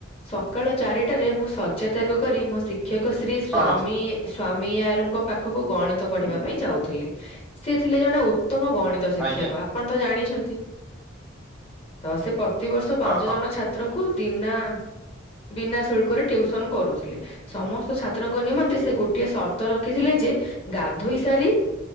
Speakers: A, on the left; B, in the centre.
A: ସକାଳ ଚାରିଟାରେ ମୁଁ ସଯ ତ୍ୟାଗ କରି ମୋ ଶିକ୍ଷକ ଶ୍ରୀ ସ୍ଵାମୀ‌
B: ହଁ ହଁ
A: ସ୍ଵାମୀୟାରୁଙ୍କ ପାଖକୁ ଗଣିତ ପଢିବା ପାଇଁ ଯାଉଥିଲି। ସେ ଥିଲେ ଜଣେ ଉତ୍ତମ ଗଣିତ‌
B: ଆଜ୍ଞା
A: ଶିକ୍ଷକ ଆପଣ ତ ଜାଣିଛନ୍ତି ତ ସେ ପ୍ରତିବର୍ଷ ପାଞ୍ଚ
B: ହଁ
A: ଜଣ ଛାତ୍ରଙ୍କୁ ବିନା ବିନା ଶୁଳ୍କରେ ଟିଉସନ କରୁଥିଲେ। ସମସ୍ତ ଛାତ୍ରଙ୍କ ନିମନ୍ତେ ସେ ଗୋଟିଏ ସର୍ତ୍ତ ରଖିଥିଲେ ଯେ ଗାଧୋଇ ସାରି